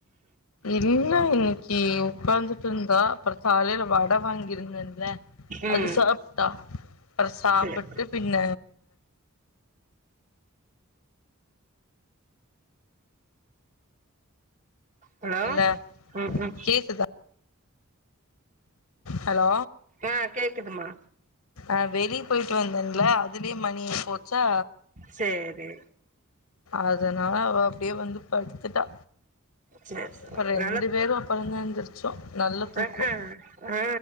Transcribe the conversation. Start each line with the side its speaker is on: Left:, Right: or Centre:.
Left: இல்ல இன்னக்கி உக்காந்துட்டிருந்தா அப்றோ காலைல வட வாங்கிருந்தேல்ல
Right: ம்
Left: அது சாப்ட்டா அப்றோ சாப்பிட்டு
Right: சரி
Left: பின்ன
Right: ஹலோ
Left: இல்ல
Right: ம் ம்
Left: கேக்குதா ஹலோ
Right: ஆ கேக்குதுமா
Left: அஹ் வெளியே போயிட்டு வந்தேன்ல அதுலயே மணி ஆயி போச்சா
Right: சேரி
Left: அதனால அவ அப்படியே வந்து படுத்துட்டா
Right: சொர் செரி
Left: இப்ப ரெண்டு
Right: நல்ல
Left: பேரும் அப்புறம்தான் எந்திரிச்சோம் நல்ல தூக்கம்
Right: அ ஹாங் ஆ